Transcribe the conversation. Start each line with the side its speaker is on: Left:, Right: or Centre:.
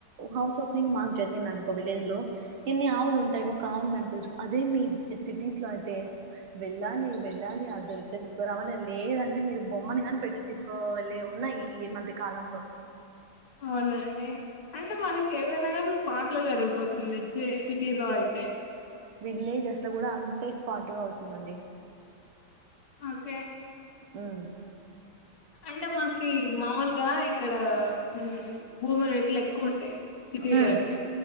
Right: హౌస్ పెంగ్ మా జరిగిందినుకో విలేజ లో న్ని ఆవులు ఉంటాయి కావని మే పలుసు అదే మీ సిటీస్ లో అయితే వెళ్ళాలి వెళ్ళాలి అది దొరికితే తీసుకురావాలి లేదంటే మీరు బొమ్మని కాని పెట్టి తీసుకోవెళ్ళి ఉన్నాయి ఈ మధ్య కాలంలో అ
Left: అవునండి అంటే మనకి ఏదైనా కానీ స్పాట్ లో జరుగు పోతుంది ఏ సిటీలో అయితే
Right: విలేజెస్ లో కూడా అంతే స్పాట్గా అవుతుందండి
Left: ఓకే
Right: మ్మ్
Left: అంటే మాకి మామూలుగా ఇక్కడ మ్మ్ భూమి రేట్లు ఎక్కువ ఉంటాయి సిటీ
Right: ఉమ్,
Left: లో అయితే